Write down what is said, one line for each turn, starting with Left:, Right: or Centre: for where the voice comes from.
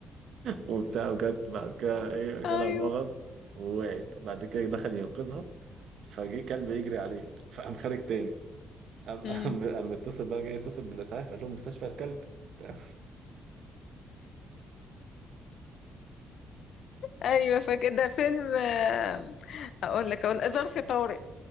Right: وبتاع وجت بعد كده ايه جالها
Left: ايوه
Right: مغص ووقعت وبعد كده دخل ينقذها فجه كلب يجري عليه فقام خارج تاني قام
Left: امم
Right: قام قام اتصل بقى جاي يتصل بالاسعاف قال لهم مستشفى الكلب <laughs>
Left: ايوه فكده فيلم آه، اقول لك اقول آه، ظرف طارق